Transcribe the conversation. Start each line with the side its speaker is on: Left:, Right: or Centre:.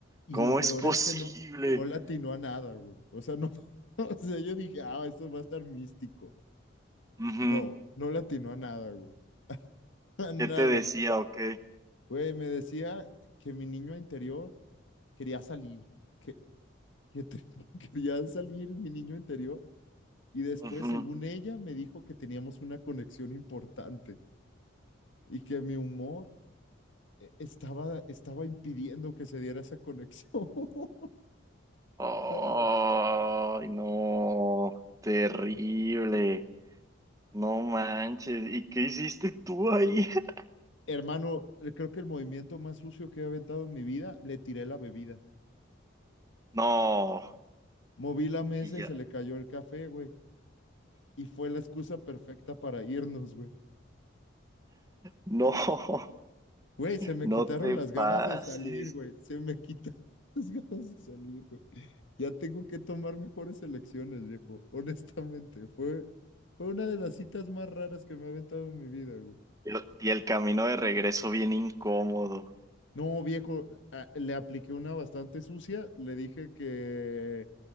Left: Y
Right: ¿Cómo
Left: lo peor
Right: es posible?
Left: es que no, no le atinó a nada, güey. O sea, no, <laughs> o sea, yo dije, ah, esto va a estar místico.
Right: Ujú.
Left: No, no le atinó a nada, güey. <laughs> A nada.
Right: ¿Qué te decía? Ok.
Left: Güey, me decía que mi niño interior quería salir, que que te- <laughs> que quería salir mi niño interior y después,
Right: Ujú.
Left: según ella, me dijo que teníamos una conexión importante y que mi humor eh, estaba, estaba impidiendo que se diera esa conexión. <laughs>
Right: Ay,
Left: No,
Right: no. Terrible. No manches, ¿y qué hiciste tú ahí? <laughs>
Left: hermano, eh, creo que el movimiento más sucio que he aventado en mi vida, le tiré la bebida.
Right: No,
Left: Moví la mesa
Right: y ya.
Left: y se le cayó el café, güey. Y fue la excusa perfecta para irnos, güey.
Right: No, <laughs>
Left: Güey, se me
Right: no
Left: quitaron
Right: te
Left: las
Right: pases.
Left: ganas de salir, güey. Se me quitaron <laughs> las ganas de salir, güey. Ya tengo que tomar mejores elecciones, viejo. <laughs> Honestamente, fue, fue una de las citas más raras que me ha aventado en mi vida, güey.
Right: El- Y el camino de regreso bien incómodo.
Left: No, viejo, a- le apliqué una bastante sucia. Le dije que